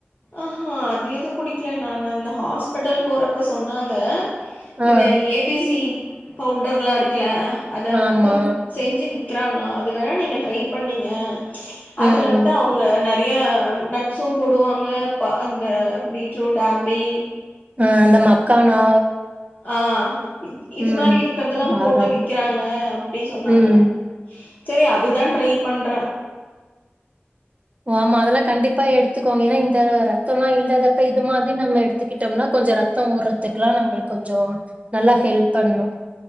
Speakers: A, on the left; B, on the right.
A: ஆஹா அது எது குடிக்கல நானு அந்த ஹாஸ்பிட்டல் போறப்ப சொன்னாங்க
B: ஆ
A: இந்த ஏ பி சி பவுடர்ல்லா இருக்குல அத
B: ஆமா
A: வந்து செஞ்சு விங் விக்குறாங்களா அது வேணா நீங்க ட்ரை பண்ணிங்க அதுல
B: ம்
A: வந்து அவங்க நற் நறையா நட்ஸும் போடுவாங் ங்க ப அந்த பீட்ரூட் ஏப்பிள்
B: அ அந்த மக்கானா
A: ஆ இது
B: ம்
A: மாரி இருக்குறதெல்லாம்
B: பாதாம்
A: போட்டு விக்கிறாங்க அப்டின் சொன்னாங்க
B: ம்
A: சேரியா அதுதா ட்ரை பண்ற
B: ஆமா அதெல்லா கண்டிப்பா எடுத்துக்கோங்க ஏனா இந்த ர இரத்தமு இல்லாத அப்ப இது மாதிரி நம்ம எடுத்துக் கிட்டோம்னா கொஞ்சோ ரத்தோ ஊறதுக்கெல்லா நம்ளுக் கொஞ்சோ நல்லா ஹெல்ப் பண்ணு